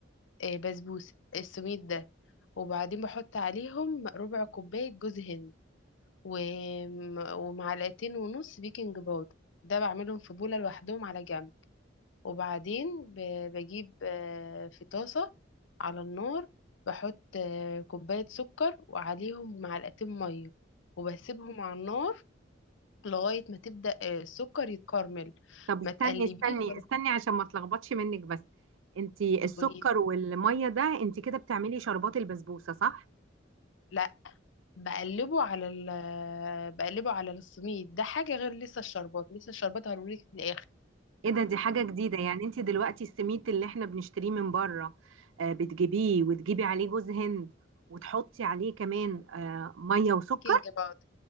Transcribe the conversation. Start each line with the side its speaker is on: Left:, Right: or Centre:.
Left: آه، بسبوسه السميد ده وبعدين بحط عليهم ربع كوبايه جوز هند وم- ومعلقتين ونص بيكنج باودر ده بعملهم في بوله لوحدهم على جنب وبعدين ب- بجيب آه، في طاسه على النار بحط آه، كوبايه سكر وعليهم معلقتين ميه وبسيبهم على النار لغايه ما تبدا آه، السكر يتكرمل
Right: طب استني
Left: ما تقلبيش
Right: استني
Left: ولا
Right: استني عشان ما اتلخبطش منك بس انتي السكر
Left: تقولي
Right: والمية ده انتي كده بتعملي شربات البسبوسة صح
Left: لا بقلبه على ال بقلبه على السميد ده حاجة غير لسه الشربات لسه الشربات هقولك في الآخر
Right: ايه ده دي حاجة جديدة يعني انت دلوقتي السميد اللي احنا بنشتريه من بره آه، بتجيبيه وتجيبي عليه جوز هند وتحطي عليه كمان آه، مية وسكر
Left: بيكنج باودر